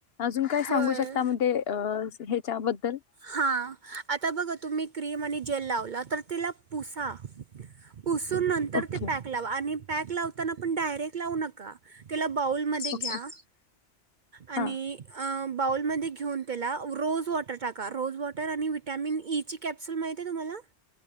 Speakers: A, on the left; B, on the right.
A: अजून काय
B: होय
A: सांगू शकता मध्ये अ ह्याच्याबद्दल
B: हां आता बघा तुम्ही क्रीम आणि जेल लावला तर तिला पुसा पुसून नंतर
A: ओके
B: ते पॅक लावा आणि पॅक लावताना पण डायरेक्ट लावू नका त्याला बाऊलमध्ये घ्या
A: ओके
B: आणि
A: हा
B: अ बाऊलमध्ये घेऊन त्याला रोजवॉटर टाक रोजवॉटर आणि व्हिटॅमिन ई ची कॅप्सुल महीती आहे तुम्हाला